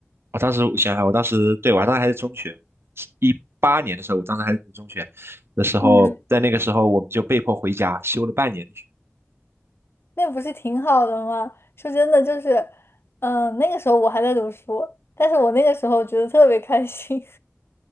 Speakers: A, on the right; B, on the left.
A: 我当时我想想，我当时对我当时还是中学，一八年的时候，我当时还是读中学的时候，
B: 嗯。
A: 在那个时候我们就被迫回家休了半年的
B: 那不是挺好的吗？说真的，就是，嗯，那个时候我还在读书，但是我那个时候觉得特别开心，